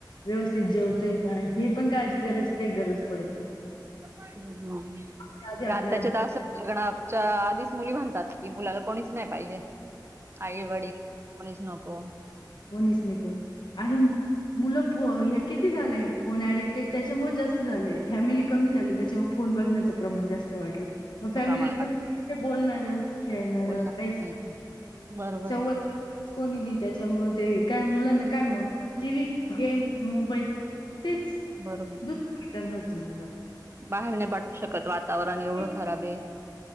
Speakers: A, on the left; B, on the right.
A: व्यवस्थित जेवतोय का, हे पण काळजी करायची काही गरज पडत नाही
B: ह् हम्
A: त्याआधी आपल्या
B: रातताच्या
A: आजी
B: तर लग्नागच्या आधीच मुली म्हणतात की मुलाला कोणीच नाही पाहिजे आईवडील कोणीच नको
A: कोणीस मी कोणी अरे मुलं फ किती झाले फोन ऍडिक्टेड त्याच्यामुळे जास्त झाले फॅमिली कमी झाली त्याच्यामुळे फो बघण्याचं प्रमाण जास्त वाढलं
B: असं
A: फॅमिलीत
B: प्रमाण वाटतं.
A: बोलणार खेळणार
B: बोलणार
A: काहीच
B: नाही. बरोबर
A: संवाद कोणी त्याच्यामुळे ते काय मुलांना काय मग टी व्ही गेम मोबाईल तेच
B: बरोबर.
A: दुसरणार तुला
B: बाहेर नाही पाठवू शकत वातावरण एवढं
A: नाही
B: खराब आहे